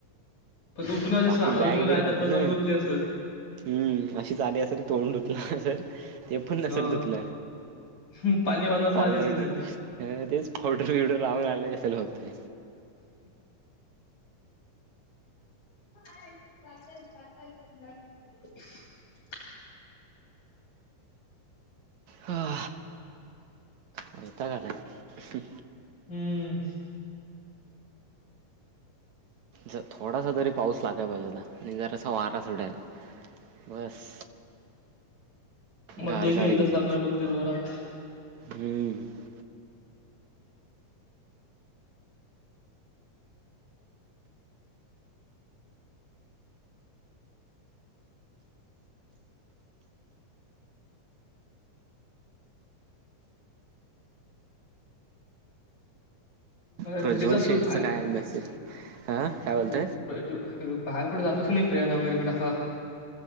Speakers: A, on the left (about 60°); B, on the right (about 65°).
A: पण तू उठून आलीस
B: बाकी
A: आंघोळ
B: बॅग बीग
A: काय नाही
B: नव्हते ना
A: जाऊन झोपली असेल
B: हम्म अशी आली असेल तोंड असल. ते पण नसेल
A: हो
B: त
A: हम्म, पाणी बांधायला
B: पावडर
A: आली असेल नाही तू
B: तेच पावडर बिवडर लावून आलं असेल होतय.
A: ज <unintelligible>
B: हा हो यता काण आहे.
A: हम्म
B: ज थोडासा जरी पाऊस लागय भाज होता आणि जर असं वारा अस उडटाला. बस
A: मग
B: गारगार
A: ते मल
B: एकदम
A: कस लागणार बोलते जोरात.
B: हम्म
A: मग
B: प्रज्वल
A: घरीच असतो
B: शेठचचा
A: बाहेर
B: काय आहे. मेसेज ह हा का्या बोलत.
A: म्हणजे प्र- जो- बाहेर कडं जातच नाही फिरायला वगैरेकडे असं.